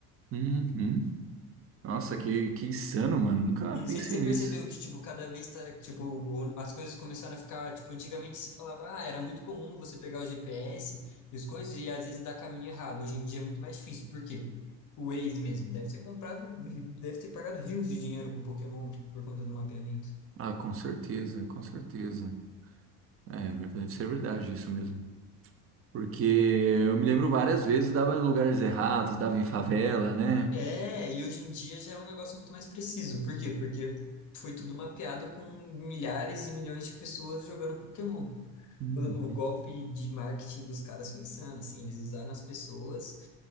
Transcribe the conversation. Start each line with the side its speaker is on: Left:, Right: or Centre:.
Right: uhum. Nossa, que, que insano, mano. Nunca
Left: Não
Right: pensei
Left: sei se você percebeu
Right: nisso.
Left: que, tipo, cada vez tá, tipo, o- as coisas começaram a ficar, tipo, antigamente se falava, ah, era muito comum você pegar o GPS e as coisas e às vezes dar caminho errado. Hoje em dia é muito mais difícil. Por quê? O Waze mesmo deve ter comprado, deve ter pagado rios de dinheiro pro Pokémon por conta do mapeamento.
Right: Ah, com certeza, com certeza. É, deve ser verdade isso mesmo. Porque eu me lembro várias vezes, dava em lugares errados, dava em favela, né?
Left: É, e hoje em dia já é um negócio muito mais preciso. Por quê? Porque foi tudo mapeado com milhares e milhões de pessoas jogando Pokémon.
Right: Uhum.
Left: O, o golpe de marketing dos caras foi insano, assim, eles usaram as pessoas